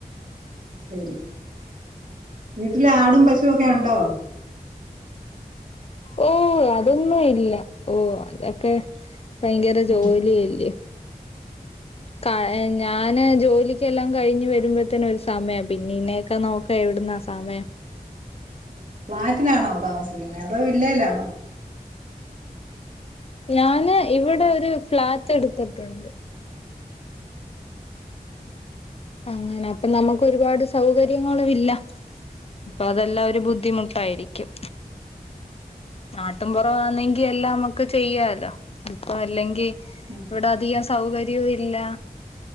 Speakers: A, on the right; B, on the left.
A: ശരി വീട്ടിലാടും പശുവൊക്കെ
B: എന്താ
A: ഒണ്ടോ
B: ഓഹ് അതൊന്നും ഇല്ല ഓഹ് അതൊക്കെ ഭയങ്കര
A: ഉം
B: ജോലി അല്ലിയോ കയിന് ഞാന് ജോലി എല്ലാം കയിഞ്ഞ് വരുമ്പോത്തേന് ഒരു സമയം ആവും. പിന്നെ ഇന്നെയൊക്കെ നോക്കാ എവിടുന്നാ സമയം.
A: ഓഹ് ഫ്ളാറ്റിനാണോ താമസിക്കുന്നെ? അതോ വില്ലേലാണോ?
B: ഞാന് ഇവിടൊരു ഫ്ളാറ്റ് എടുത്ത്ട്ടുണ്ട്.
A: ആഹ്
B: അങ്ങനെ അപ്പൊ നമുക്ക് ഒരുപാട് സൗകര്യങ്ങളും ഇല്ല. അപ്പൊ അതെല്ലാ ഒരു ബുദ്ധിമുട്ടായിരിക്കും. നാട്ട്പ്പുറവാന്നെങ്കി എല്ലാം അമ്മക്ക് ചെയ്യാലോ ഇപ്പ അല്ലെങ്കി
A: ഉും
B: ഇവിടഅധികം സൗകര്യവും ഇല്ല